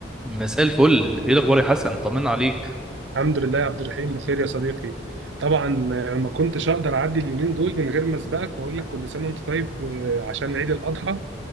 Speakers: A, in the centre; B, on the right.
A: مساء الفل ايه الاخبار يا حسن طمنا عليك
B: الحمد لله يا عبد الرحيم بخير يا صديقي طبعا آه، ما كنتش اقدر اعدي اليومين دول من غير ما اسبقك واقول لك كل سنه وانت طيب آه، عشان عيد الاضحى